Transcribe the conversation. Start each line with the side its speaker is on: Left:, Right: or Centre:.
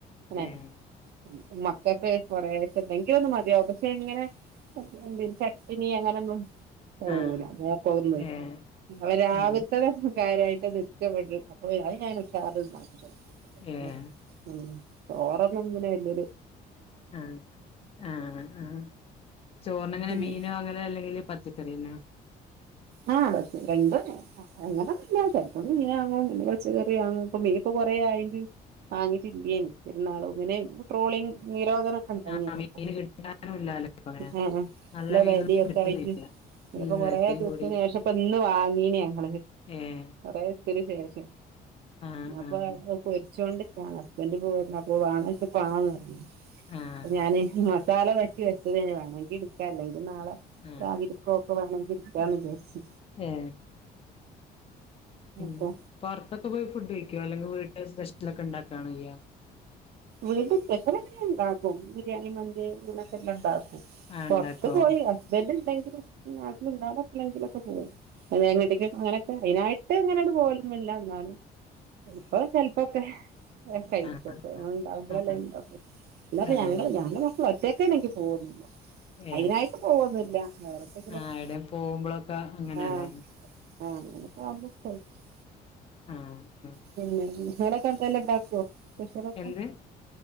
Right: <unintelligible>
Left: ഏഹ്
Right: മക്കൾക്ക് കൊറെേശെന്തെങ്കിലൊന്ന് മത്യാവും പക്ഷെ ഇങ്ങനെ എന്തേലും ചട്ട്നി അങ്ങനൊന്നും പോവൂല
Left: ആഹ്
Right: മോക്കവൊന്നെ
Left: ഏഹ്
Right: പിന്നെപം രാവിൽത്തെതൊന്ന്
Left: അതെ
Right: ക്കാര്യായിട്ട്ത് ഇഷ്ടപ്പെട് അപ്പോ ഞൻ ഉഷാറാല് ഇണ്ടാകി കൊട്കും
Left: ഏഹ്
Right: ഉം ചോറൊന്നും ഇങ്ങനെ വെല്ല്യൊരു
Left: ആ ആ ആ ചോറിനെങ്ങനെ
Right: ഉം
Left: മീനോ അങ്ങനെ എല്ലെങ്കില് പച്ചക് ക്കറിന്നോ
Right: ആ പച്ചക രണ്ടും അങ്ങനൊന്നുല്ല ചെലപ്പോ മീനാങ്ങും ഇല്ലെ പച്ച കറ്യാങ്ങും ഇപ്പ മീൻപ്പം കൊറേ ആയിണ്ട് വാങ്ങീട്ടില്ലേനി പെര്ന്നാളും പിന്നെ ട്രോളിങ് നിരോധനൊക്കെ ഇണ്ടായീനിയെല്ലോ
Left: ആഹ് മീന്
Right: ഇപ്പോ
Left: കിട്ടാനുല്ലാലോ ഇപ്പങ്ങനെ
Right: ആ നല്ല
Left: മീനൊന്നും
Right: വെലിയൊക്കായിട്ട്
Left: കിട്ടുന്നില്ല ഉം
Right: ഇപ്പോ കൊറേ
Left: വെലയും
Right: ദീസ്ത്തിന്
Left: കൂടി
Right: ശേഷം ഇപ്പ ഇന്ന് വ വാങ്ങീനിയോ <unintelligible>
Left: ഏഹ്
Right: കൊറേ ത്തിന് ശേഷം
Left: ആഹ്
Right: ഞാപ്പൊ
Left: ആഹ്
Right: അഅ് പോര് ച്ചോണ്ട്ക്കാണ് ഹസ്ബെൻ്റ് ഇപ്പം വെന്നപ്പോ വാണോയ്ചപം ആന്ന്
Left: ആഹ്
Right: പർഞ് ഞാന് ങ്ങ മസാല പര്റ്റി വെച് വേണമങ്കി എടുക്ക അല്ലെങ്കി നാളെ
Left: ആഹ്
Right: രാവിലെപോ പോവുകയാണെങ്കിൽ എടുക്കാം വിചാരിച്ചു
Left: ഹേ ഉം
Right: അപ്പൊ
Left: പുറത്തൊക്കെ പോയി ഫുഡ് കഴിക്കോ അല്ലെങ്കിൽ വീട്ടൽ സ്പെഷ്യൽ ലൊക്കെ ഉണ്ടാക്കാണേ ചെയ്യാ?
Right: വീട്ട സ്പെഷ്യലൊക്കെ ഞാൻ ഉണ്ടാക്കും ബിരിയാണി മന്തി ഇങ്ങനൊക്കെ എല്ലാം ഉണ്ടാക്കും
Left: ആഹ്
Right: പുറത്ത്
Left: ഇണ്ടാക്കോ
Right: പോയി ഹസ്ബൻഡ ഉണ്ടെ നാട്ടിൽ ഉണ്ടാവുമ്പോ എപ്പോളെങ്കിലുമൊക്കെ പോകും <unintelligible> അങ്ങനൊക്കെ അതിനായിട്ട് ട്ട് ഇങ്ങനട് പോലന്നുല്ല്യ ഇന്നാലും ഇപ്പം ചെൽ ഓക്കെ <unintelligible> ഇങ്ങളെന്ത്
Left: ആഹ്
Right: <unintelligible> <unintelligible> പോവൊന്നില്ല
Left: ആഹ് അതെ അതെ ഏഹ്
Right: അയ്നായിട്ട് പോവൊന്നില്ല വേറെന്തെലൊക്കെ
Left: ആഹ് എവിടെ പോകുമ്പളൊക്കെ അങ്ങനെല്ലേ
Right: ആഹ് ആഹ് അങ്ങനൊക്കെ ആവുമ്പൊ <unintelligible>
Left: ആഹ് ആഹ്
Right: <unintelligible> മടക്കന്തല്ലാണ്ടാക്വോ സ്പെഷ്യലക്കെ
Left: എന്ത്